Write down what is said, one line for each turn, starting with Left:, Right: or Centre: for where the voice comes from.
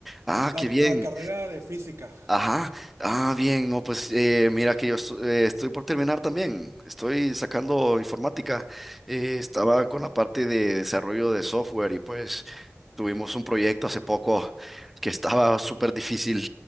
Centre: Ah,
Right: La,
Centre: qué bien.
Right: la carrera de física.
Centre: Ajá, ah, bien, no, pues eh, mira que yo estu- eh, estoy por terminar también, estoy sacando informática, Eh, estaba con la parte de desarrollo de software y pues tuvimos un proyecto hace poco que estaba súper difícil,